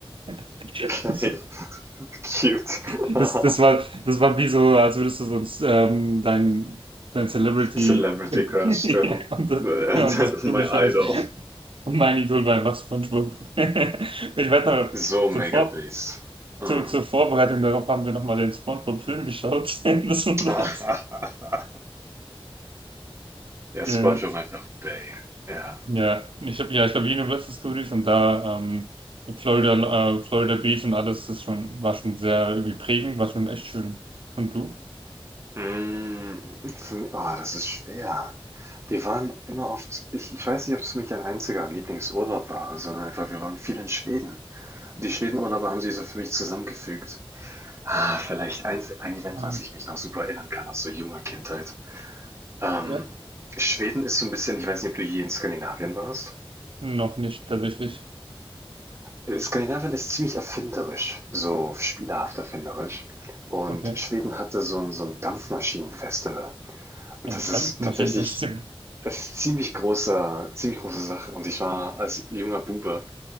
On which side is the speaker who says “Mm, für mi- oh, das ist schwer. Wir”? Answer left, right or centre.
Right